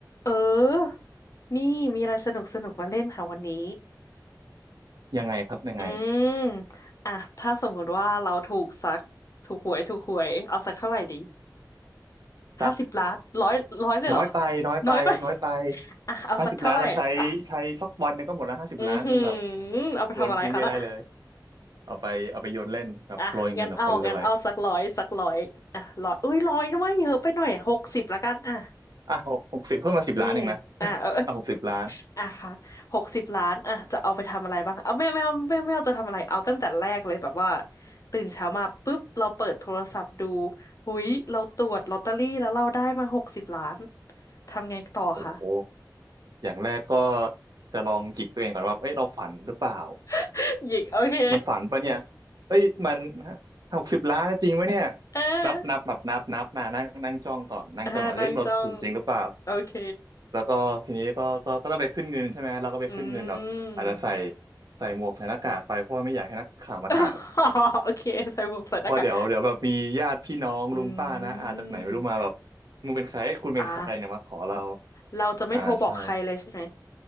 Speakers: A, on the left (about 45°); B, on the right (about 60°).
A: เออ นี่มีอะไรสนุกสนุกมาเล่นค่ะวันนี้
B: ยังไงครับยังไง
A: อืมอ่ะถ้าสมมุติว่าเราถูกสักถูกหวยถูกหวยเอาสักเท่าไหร่ดี
B: สัก
A: ห้าสิบล้านร้อยร้อยเลยเหรอ
B: น้อยไปน้อยไปน้อยไป
A: น้อยไปอ่ะเอาสักเท่าไหร่อ่ะ
B: ห้าสิบล้านเราใช้ใช้สักวันหนึงก็หมดแล้วห้าสิบล้านมันแบบ
A: อือหือเอาไปทำอะไรคะน่ะ
B: โยนทิ้งไปได้เลยเอาไปเอาไปโยนเล่นแบบโปรยเงินกับคนรวย
A: อ่ะงั้นเอางั้นเอาสักร้อยสักร้อยอ่ะร้อยอุ้ยร้อยว่าเยอะไปหน่อยหกสิบละกันอ่ะ
B: อ่ะหกหกสิบเพิ่มมาสิบล้านเองนะ
A: อืมอ่ะเออ
B: <laughs> อ่ะหกสิบล้าน
A: อ่ะค่ะหกสิบล้าน อ่ะ จะเอาไปทำอะไรบ้าง เอาไม่ไม่เอาไม่ไม่เอาจะทำอะไร เอาตั้งแต่แรกเลยแบบว่าตื่นเช้ามาปุ๊บเราเปิดโทรศัพท์ดูอุ๊ยเราตรวจลอตเตอรี่แล้วเราได้มาหกสิบล้านทำไงต่อคะ
B: โอ้โหอย่างแรกก็จะลองจิกตัวเองก่อนว่าเอ้ยเราฝันหรือเปล่า
A: <laughs> หยิกโอเค
B: มันฝันปะเนี่ยเอ้ยมันหกสิบล้านจริงวะเนี่ย
A: <laughs> เออ
B: นับนับแบบนับนับมานั่งนั่งจ้องก่อนนั่งจ้องก่อนเฮ้ยเราถูกจริงหรือเปล่า
A: อ่านั่งจ้องโอเค
B: แล้วก็ทีนี้ก็ก็ก็ต้องไปขึ้นเงินใช่ไหมเราก็ไปขึ้นเงินแบบอาจจะใส่
A: อืม
B: ใส่หมวกใส่หน้ากากไปเพราะว่าไม่อยากให้นักข่าวมาถ่าย
A: <laughs> โอเคใส่หมวกใส่หน้ากาก
B: เพราะเดี๋ยวเดี๋ยวแบบมีญาติพี่น้องลุงป้านะอาจากไหนไม่รู้มาแบบ
A: อืม
B: มึงเป็นใครเอ้ยคุณเป็นใครเนี่ยมาขอเรา
A: อ่าเราจะไม่โทรบอกใครเลยใช่ไหม
B: อ่าใช่